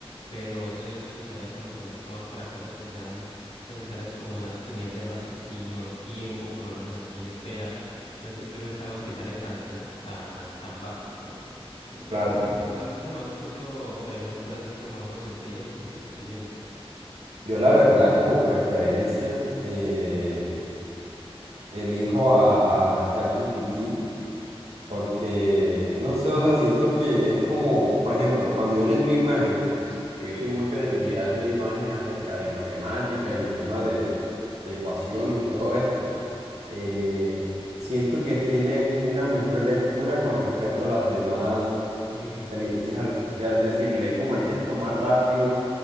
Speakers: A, on the left; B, on the right.
A: pero eso yo usaría como que mucho más para cosas que sean necesarias como un alto nivel de raciocinio, de tiempo, por lo menos así espera, no simplemente algo que sale tan senc- tan tan básico, ¿no? Entonces
B: Claro.
A: sí, como solamente nomás uso
B: Oh,
A: preguntas así como algo sencillas, utilizo este Gemini.
B: Yo la verdad como preferencia eh, elijo a, a ChatGPT porque, no sé, o sea, siento que es como, por ejemplo, cuando yo le envío imágenes, que yo soy mucho de enviarle
A: Ujú.
B: imágenes acerca de matemáticas y temas de, de ecuaciones y todo esto, eh, siento que tiene una mejor lectura con respecto a las demás
A: Sí,
B: inteligencias artificiales, es decir, lee como el texto más rápido